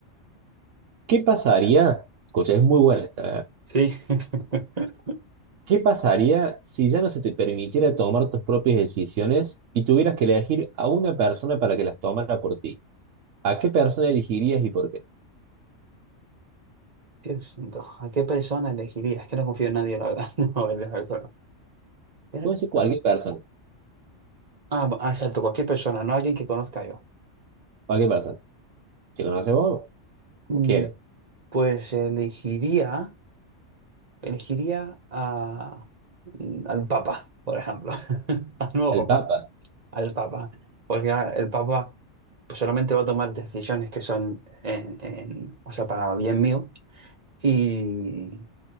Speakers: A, on the right; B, on the right.
A: ¿Qué pasaría? Escucha, es muy buena esta. ¿eh?
B: Sí. <laughs>
A: ¿Qué pasaría si ya no se te permitiera tomar tus propias decisiones y tuvieras que elegir a una persona para que las tomara por ti? ¿A qué persona elegirías y por qué?
B: Dios santo, ¿a qué persona elegirías? Es que no confío en nadie, la verdad. <laughs> No, es verdad, Pero
A: Puede ser cualquier
B: hay-
A: persona,
B: Ah, ah, exacto, cualquier persona, no alguien que conozca yo.
A: cualquier persona. Si conoces vos, como
B: Mm,
A: quieras.
B: Pues elegiría, elegiría a, mm, al Papa, por ejemplo, <laughs> al nuevo
A: Al Papa.
B: Papa, al Papa, porque ah, el Papa pues, solamente va a tomar decisiones que son, en, en- o sea, para bien mío y,